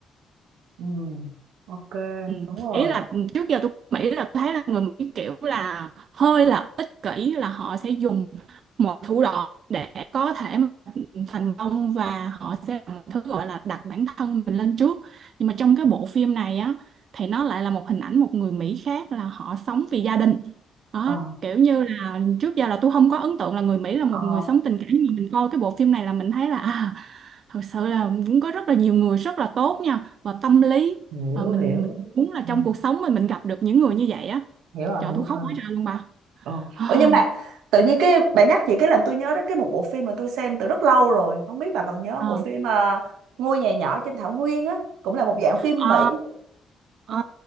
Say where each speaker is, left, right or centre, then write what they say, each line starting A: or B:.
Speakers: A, on the right (about 85°); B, on the right (about 60°).
A: ừ ok
B: Ừ.
A: đúng rồi
B: Ý là trước giờ tôi nghĩ là tôi thấy là người Mỹ kiểu là hơi là ích kỷ là họ sẽ dùng một thủ đoạn để có thể mà thành công và họ sẽ làm một thứ gọi là đặt bản thân mình lên trước nhưng mà trong cái bộ phim này á thì nó lại là một hình ảnh một người Mỹ khác là họ sống vì gia đình đó,
A: ờ
B: kiểu như là trước giờ là tôi không có ấn tượng là người Mỹ là một
A: ờ
B: người sống tình cảm nhưng mà mình coi cái bộ phim này là mình thấy là à, thật sự là cũng có rất là nhiều người rất là tốt nha và tâm lý
A: hiểu
B: Ờ, mình
A: hiểu
B: mình muốn là
A: Ừ,
B: trong cuộc sống mình mình gặp được những người như vậy á
A: hiểu rồi
B: trời
A: hiểu
B: tôi khóc
A: rồi
B: quá trời luôn bà
A: Ờ.
B: à,
A: Ủa nhưng mà tự nhiên cái bạn nhắc chị cái làm tôi nhớ đến cái một bộ phim mà tôi xem từ rất lâu rồi không biết bà còn nhớ không?
B: à,
A: bộ phim ờ, Ngôi nhà nhỏ trên thảo nguyên á cũng là một dạng phim
B: à,
A: Mỹ
B: à.
A: Ờ,